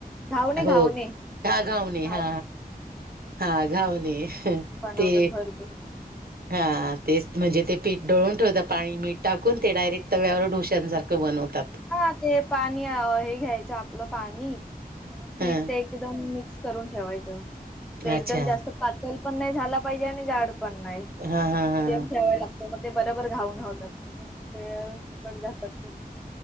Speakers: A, in the centre; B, on the right.
A: घावणे
B: हो
A: घावणे
B: हा
A: घावणे
B: हा हा हा घावणे
A: बनवतात
B: ते
A: भरपूर घावणे
B: हा तेच म्हणजे ते पीठ दळून ठेवतात पाणी मीठ टाकून ते डायरेक्ट तव्यावर डोश्यांसारखं बनवतात.
A: हा ते पाणी हे घ्यायचं आपलं पाणी आणि मग पीठ
B: हा
A: ते एकदम मिक्स करून ठेवायचं एकदम
B: अच्छा
A: जास्त पातल पण नाही झाला पाहिजे आणि जाड पण नाही.
B: हा हा हा
A: मिडियम ठेवाय लाग मग ते बरोबर घावनं होतात नाहीतर मग हे फुकट जातात पूर्ण